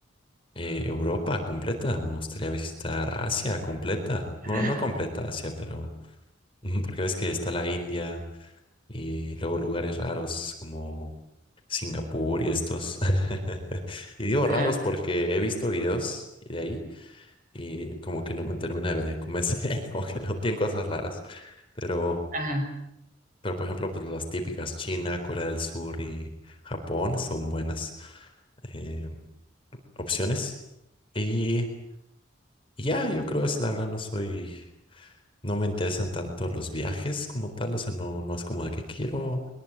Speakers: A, on the left; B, on the right.
A: eh, Europa completa, me gustaría visitar Asia completa.
B: <laughs>
A: Bueno, no completa Asia, pero <laughs> porque ves que está la India y luego lugares raros como Singapur y estos. <laughs> Y digo
B: Ajá,
A: raros porque he visto videos de ahí y como que no me termina de convencer, <laughs> como que no tienen cosas raras. Pero
B: ajá.
A: pero por ejemplo, pues las típicas China, Corea del Sur y Japón son buenas eh, opciones. Y y ya, yo creo es la verdad, no soy, no me interesan tanto los viajes como tal, o sea, no, no es como de que quiero